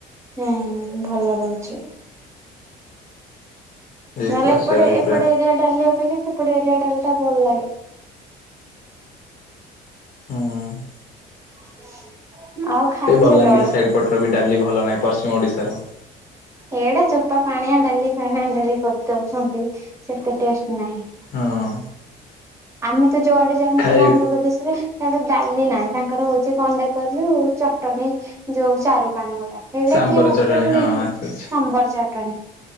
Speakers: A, on the right; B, on the left.
A: ନାହିଁ ଭଲ ରହୁଛି।
B: ଏ
A: ନହେଲେ
B: କ୍ଲାସ
A: ଏପଟେ
B: ଡାଲି ପୁରା
A: ଏପଟେ ଏରିଆ ଡାଲି ଅପେକ୍ଷା ସେପଟେ ଏରିଆ ଡାଲି ଟା ଭଲ ଲାଗେ।
B: ହୁଁ
A: <inaudible> ଆଉ ଖାଇବୁ
B: ସେ ବଲାଙ୍ଗୀରି
A: କେତେବେଳେ
B: ସାଇଡ ପଟର ବି ଡାଲି ଭଲ ନାହିଁ ପଶ୍ଚିମ ଓଡିଶାର।
A: ଏଇଟା ଚୋପା ପାଣିଆ ଡାଲି ପାଣିଆ ଡାଲି କରିଦଉଛନ୍ତି ସେତେ ଟେଷ୍ଟ ନାହିଁ।
B: ହଁ
A: ଆମେ ତ ଯୁଆଡ଼େ ଯାଉନଥିଲୁ
B: ଖାଇ
A: ଆନ୍ଧ୍ରପ୍ରଦେଶରେ ସିଆଡେ ଡାଲି ନାହିଁ ତାଙ୍କର ହଉଛି କଣ ଟେ କହିଲୁ ଚଟଣି ଯୋଉ ଚାରୁ ପାଣି ଗୋଡ଼ା। ସିଆଡେ
B: ସାମ୍ବର
A: କିଏ ଭାତ
B: ଚଟଣି
A: ରେ ଗୋଳେଇକି
B: ହଁ ଆଚ୍ଛା
A: ଖାଏ
B: ଆଚ୍ଛା
A: ସାମ୍ବର ଚଟଣି।